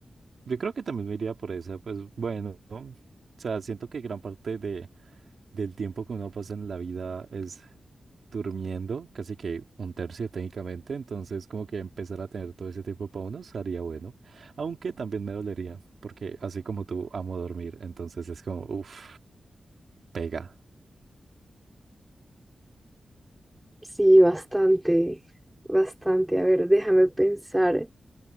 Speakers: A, on the right; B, in the centre.
A: yo creo que también me iría por esa, pues bueno, ¿no? O sea, siento que gran parte de, del tiempo que uno pasa en la vida es durmiendo casi que un tercio técnicamente, entonces como que empezar a tener todo ese tiempo para uno sería bueno, aunque también me dolería, porque así como tú amo dormir, entonces es como, uff, pega.
B: Sí, bastante, bastante. A ver, déjame pensar